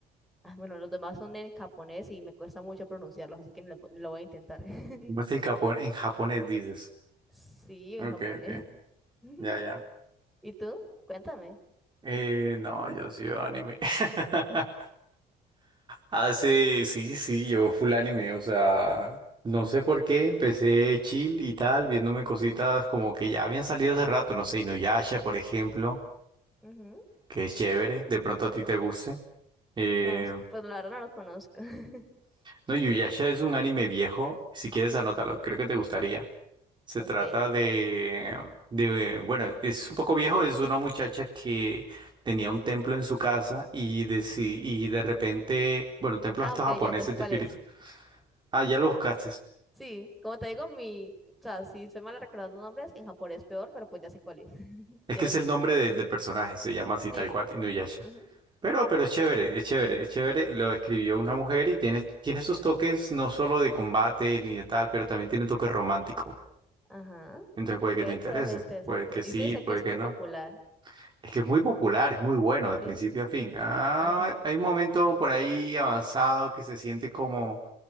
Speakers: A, in the centre; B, on the right (about 25°).
A: ah, Bueno, los demás son en japonés y me cuesta mucho pronunciarlos, así que lo, lo voy a intentar. <laughs>
B: ¿Cómo está el Japón? En japonés dices.
A: Sí, en
B: Ok,
A: japonés.
B: ok.
A: <laughs>
B: Ya, ya.
A: ¿Y tú? Cuéntame.
B: Eh, no, yo sí veo anime. <laughs> Hace, sí, sí, yo full anime, o sea, no sé por qué, empecé chill y tal, viéndome cositas como que ya habían salido hace rato, no sé, Inuyasha, por ejemplo,
A: Ujú.
B: que es chévere, de pronto a ti te guste. Eh,
A: No, s- pues la verdad no lo conozco. <laughs>
B: no, Inuyasha es un anime viejo, si quieres anótalo, creo que te gustaría. Se
A: Ok.
B: trata de, de, bueno, es un poco viejo, es una muchacha que tenía un templo en su casa y de, si, y de repente, bueno, un templo
A: Ah,
B: de estos
A: ok,
B: japoneses
A: ya, ya sé cuál
B: de espíritu.
A: es.
B: Ah, ya lo buscaste.
A: Sí, como te digo, mi... O sea, si soy mala recordando nombres, en japonés peor, pero pues ya sé cuál es. <laughs>
B: Es
A: Ya
B: que
A: lo
B: es
A: busqué.
B: el nombre de- del personaje, se llama así
A: Sí,
B: tal cual, Inuyasha.
A: Ujú,
B: Pero, pero es chévere, es chévere, es chévere. Lo escribió una mujer y tiene, tiene esos toques no solo de combate ni de tal, pero también tiene toques romántico.
A: Ajá.
B: Entonces puede
A: Ok,
B: que te interese,
A: puede ser interesante.
B: puede que sí,
A: Y sí, sé
B: puede
A: que es
B: que
A: muy
B: no.
A: popular.
B: Es que es muy popular, es muy bueno de principio
A: Sí,
B: a fin. Ah,
A: ajá.
B: hay un momento por ahí avanzado que se siente como,